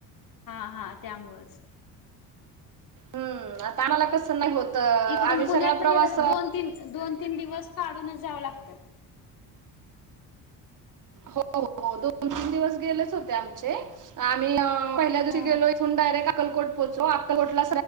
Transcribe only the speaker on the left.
हा हा त्यामुळच
इकडून
पुण्यातन
गेलं
दोन तीन दोन तीन दिवस काढूनच जावं लागतं
हा